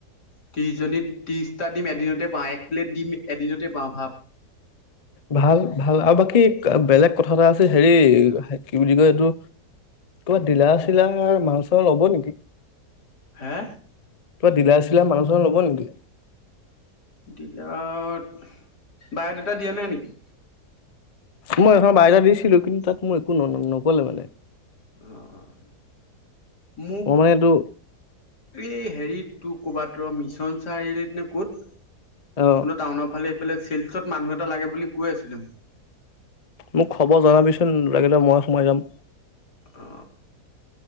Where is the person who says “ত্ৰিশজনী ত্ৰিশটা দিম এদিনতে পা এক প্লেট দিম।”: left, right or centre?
Left